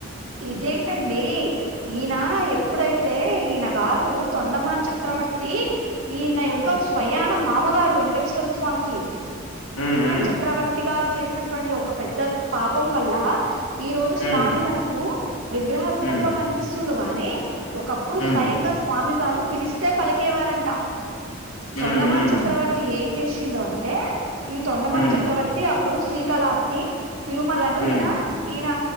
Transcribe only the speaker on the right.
ఇదేంటి ఏంటండి ఈయన ఎప్పుడైతే ఈయన గారు తొండమాన్ చెప్తే చక్రవర్తి ఈ నా యొక్క
స్వయాన మామగారు వెంకటేశ్వర స్వామికి
చక్రవర్తి ఈ నా యొక్క స్వయాన మామగారు వెంకటేశ్వర స్వామికి ఈ రోజు
స్వామి మనకు విగ్రహ రూపంలో
కనిపిస్తుడుగాని ఒకప్పుడు
స్వయంగా స్వామి వారు పిలిస్తే పలికేవారంట
తొండమాన్
చక్రవర్తి ఏం చేసిండు అంటే ఈ తొండమాన్
చక్రవర్తి అప్పుడు శ్రీకళ ఆస్తి తిరుమలలను
ఈయన ఈయన